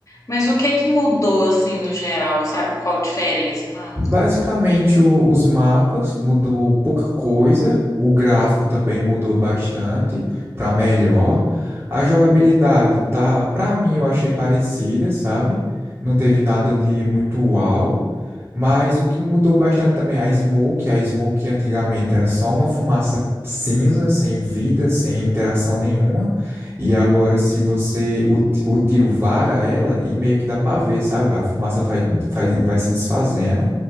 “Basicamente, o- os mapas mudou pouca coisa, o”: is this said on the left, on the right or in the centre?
Right